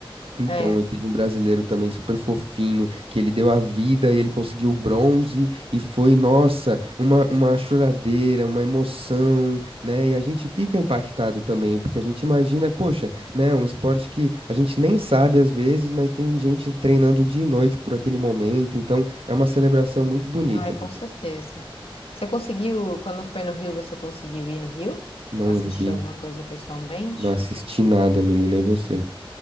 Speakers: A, on the right; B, on the left.
A: Então,
B: É.
A: aí teve um brasileiro também super fofinho, que ele deu a vida e ele conseguiu o bronze, e foi, nossa, uma, uma choradeira, uma emoção, né? E a gente fica impactado também, porque a gente imagina, poxa, né? Um esporte que a gente nem sabe às vezes, mas tem gente treinando dia e noite por aquele momento, então é uma celebração muito bonita
B: Ai, com
A: de ver.
B: certeza. Você conseguiu, quando foi no Rio, você conseguiu ir no Rio?
A: Não
B: Assistir
A: vi,
B: alguma coisa pessoalmente?
A: não assisti nada, menina, e você?